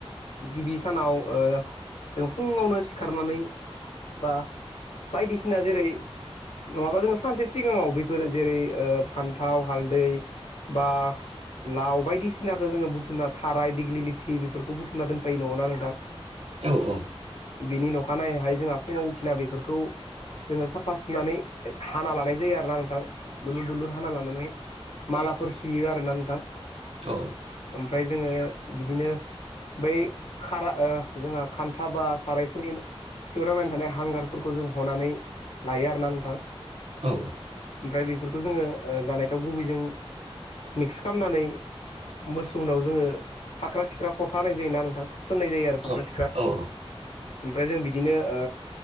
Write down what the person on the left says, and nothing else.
गिबि सानाव ओ जों फुङावनो सा खारनानै बा बायदिसिना जेरै नङाबा जोङो सानसे सिगाङाव बेफोरो जेरै ओ फान्थाव हालदै बा लाव बायदिसिनाखौ जोङो बुथुमना थाराय दिग्लि लथि बेफोरखौ बुथुमना दोनफैायो नङ ना नोंथां
बिनि नखानायैहाय जोंहा फुङाव उथिना बेफोरखौ जोङो साफा सुनानै हाना लानाय जायो आरोना नोंथां। दुलुर दुलुर हाना लानानै मालाफोर सुयो आरोना नोंथां
ओमफ्राय जोङो बिदिनो बै खारा ओ जोंहा खान्था बा साराय फोरनि खिथुआवनांनानै थानाय हांगारफोरखौ जों हनानै लायो आरोना नोंथां।
ओमफ्राय बेफोरखौ जोङो जानाय थाव गुबैजों मिक्स खालामनानै मोसौनाव जोङो फाख्रा सिख्रा फथा होनाय जायोना नोंथां फनाय जायो आरो। फाख्रा
सिख्रा
ओमफ्राय जों बिदिनो ओ